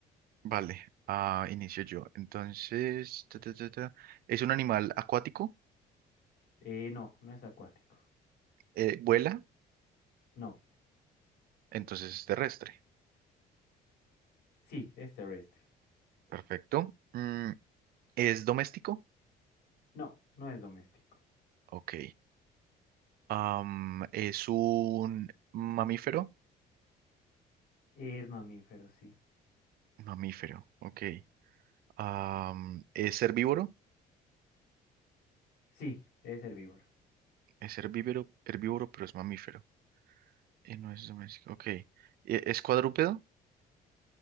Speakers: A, on the right (about 65°); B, on the left (about 75°).
A: Vale, ah, inicio yo. Entonces, ta, ta, ta, ta. ¿Es un animal acuático?
B: Eh, no, no es acuático.
A: Eh, ¿vuela?
B: No.
A: Entonces es terrestre.
B: Sí, es terrestre.
A: Perfecto. Mm, ¿es doméstico?
B: No, no es doméstico.
A: Ok. Am, es un mamífero.
B: Es mamífero, sí.
A: Mamífero, ok. Am, es herbívoro.
B: Sí, es herbívoro.
A: Es herbívoro, herbívoro, pero es mamífero. Y no es doméstico, ok. E- ¿Es cuadrúpedo?